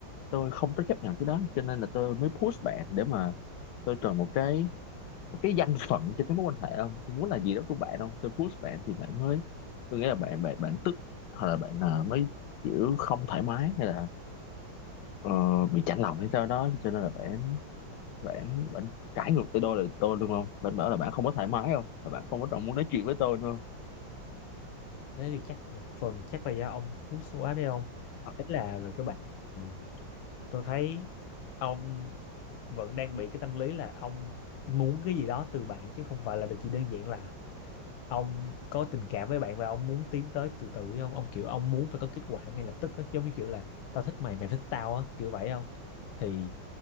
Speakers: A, on the left; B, on the left.
A: tôi không có chấp nhận cái đó cho nên là tôi mới push bạn để mà tôi chọn một cái một cái danh phận cho cái mối quan hệ không tôi muốn là gì đó của bạn không tôi push bạn thì bạn mới tôi nghĩ là bạn bạn bạn tức hoặc là bạn à, mới kiểu không thoải mái hay là ờ, bị chạnh lòng hay sao đó cho nên là bạn bạn bạn cãi ngược tới đôi lời tôi luôn không bạn bảo là bạn không có thoải mái không và bạn không có trọng muốn nói chuyện với tôi đúng không
B: thế thì chắc một phần chắc là do ông push quá đấy ông
A: thật
B: đấy là về các bạn ừ, tôi thấy ông vẫn đang bị cái tâm lý là ông muốn cái gì đó từ bạn chứ không phải là chỉ đơn giản là ông có tình cảm với bạn và ông muốn tiến tới từ từ với ông ông kiểu ông muốn phải có kết quả ngay lập tức á, giống như kiểu là tao thích mày mày phải thích tao á kiểu vậy không thì